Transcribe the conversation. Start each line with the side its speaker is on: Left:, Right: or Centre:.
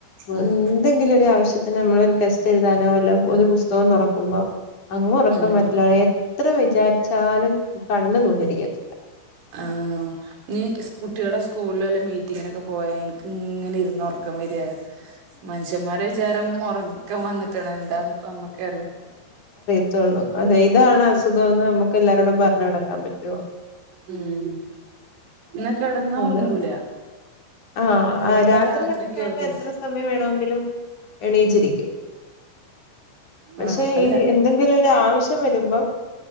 Right: ഉം
Left: എന്തെങ്കിലും ഒരു ആവശ്യ ത്തിന് നമ്മളൊരു ടെസ്റ്റ് എഴുതാനോ വല്ലോം ഒരു പുസ്തകം തുറക്കുമ്പോ അങ്ങ് ഉറക്കം
Right: ഉം
Left: വേരലേ- എത്ര വിചാരിച്ചാലും കണ്ണ് നൂന്നിരിക്കത്തില്ല
Right: ആഹ് നിക്ക് കുട്ടികളെ സ്കൂളില് വല്ല മീറ്റിങ്ങിനൊക്കെ പോയാ എനിക്ക് ഇങ്ങനെ ഇരുന്ന് ഉറക്കം വരിയാ- മനുഷ്യന്മാര വിചാരം ഉറക്കം വന്നിട്ടാണ് എന്താന്ന്പ്പ നമ്മുക്കെ അറിയ
Left: ത്തൊള്ളൂ അതെ ഇതാണ് അസുഖം എന്ന് നമുക്ക് എല്ലാരോടും പറഞ്ഞ് നടക്കാൻ പറ്റുവോ
Right: ഉം എന്നാ കിടന്നാ
Left: അതെ
Right: ഉറങ്ങൂല
Left: ആഹ്
Right: കിടന്നാ
Left: രാത്രിലെക്കെ
Right: രാത്രിക്ക്
Left: ഞാനും
Right: ഉറക്കോള്ളൂ
Left: എത്ര സമയം വേണമെങ്കിലും എണീച്ചിരിക്കും
Right: ഉം
Left: പക്ഷെ
Right: ആഹ് അതല്ല
Left: ഈ എന്തെ ങ്കിലൊരു ആവശ്യം വരുമ്പം